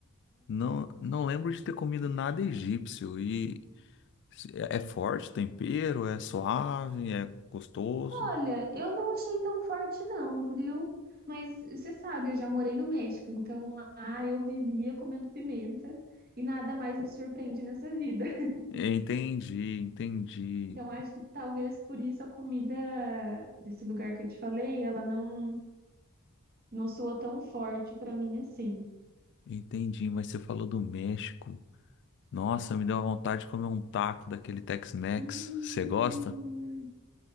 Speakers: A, on the left; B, on the right.
A: Não, não lembro de ter comido nada egípcio. E é é forte o tempero, é suave, é gostoso.
B: Olha, eu não achei tão forte não, viu? Mas você sabe, eu já morei no México, então lá eu vivia comendo pimenta e nada mais me surpreende nessa vida. <laughs>
A: Entendi, entendi,
B: Então acho que talvez por isso a comida desse lugar que eu te falei, ela não não soou tão forte pra mim assim.
A: entendi. Mas você falou do México. Nossa, me deu a vontade de comer um taco daquele Tex-Mex.
B: Hum,
A: Você gosta?